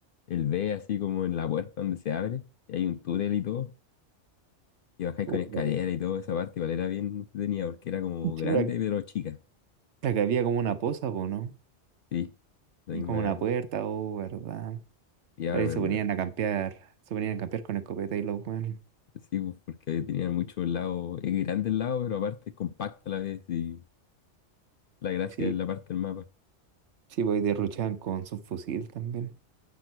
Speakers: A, on the left; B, on the right.
A: El B así como en la puerta donde se abre, y hay un túnel y todo, y bajáis
B: Oh,
A: con escalera
B: verdad.
A: y todo, esa parte igual era bien entretenida, porque era como
B: Sí,
A: grande
B: pero la,
A: pero chica.
B: la que había como una posa, po, ¿no?
A: Sí, la
B: Y
A: misma.
B: como una puerta, oh, verdad.
A: Llevaban,
B: Claro, y se ponían a campear, se ponían a campear con escopeta y los weones.
A: sí, pues, porque tenían muchos lados. Es grande el lado, pero aparte es compacto a la vez. Y la gracia
B: Sí,
A: es la parte del mapa.
B: sí, pues ahí derruchaban con su fusil también.